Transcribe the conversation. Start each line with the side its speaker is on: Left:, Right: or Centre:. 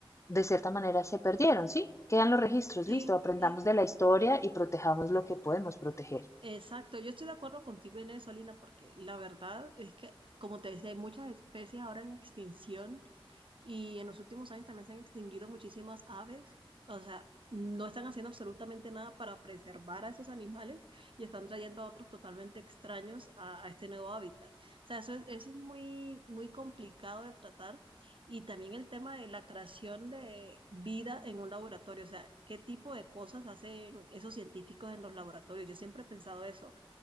Left: de cierta manera se perdieron, ¿sí? Quedan los registros,
Right: sí,
Left: listo, aprendamos
Right: sí,
Left: de la historia y protejamos lo que podemos proteger.
Right: exacto. Yo estoy de acuerdo contigo en eso, Alina, porque la verdad es que, como te decía, hay muchas especies ahora en extinción Y en los últimos años también se han extinguido muchísimas aves. O sea, no están haciendo absolutamente nada para preservar a esos animales y están trayendo a otros totalmente extraños a, a este nuevo hábitat. O sea, eso es, eso es muy, muy complicado de tratar. Y también el tema de la creación de vida en un laboratorio. O sea, ¿qué tipo de cosas hacen esos científicos en los laboratorios? Yo siempre he pensado eso.